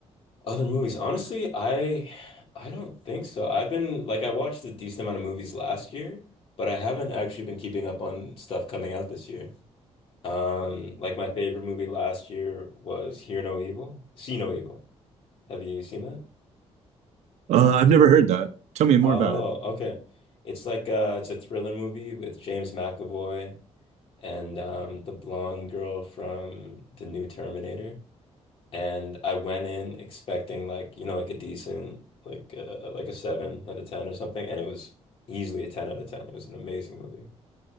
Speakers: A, on the left; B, on the right.
A: Other movies, honestly, I I don't think so. I've been like I watched a decent amount of movies last year, but I haven't actually been keeping up on stuff coming out this year. Um, like my favorite movie last year was Hear No Evil, See No Evil. Have you seen that?
B: Uh, I've never heard that. Tell me more
A: Oh,
B: about it.
A: okay. It's like uh it's a thriller movie with James McAvoy and um the blonde girl from the new Terminator. And I went in expecting like, you know, like a decent like uh, like a seven out of ten or something, and it was easily a ten out of ten. It was an amazing movie.